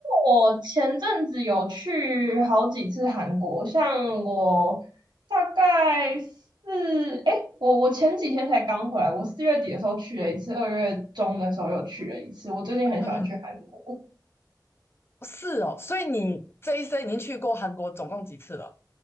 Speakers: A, on the right; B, on the left.
A: 我前阵子有去好几次韩国，像我大概是哎，我我前几天才刚回来，我四月底的时候去了一次，二月中的时候又去了一次。我最近很喜欢去韩国，
B: 嗯哼，
A: 我
B: 哦是哦，所以你这一生已经去过韩国总共几次了？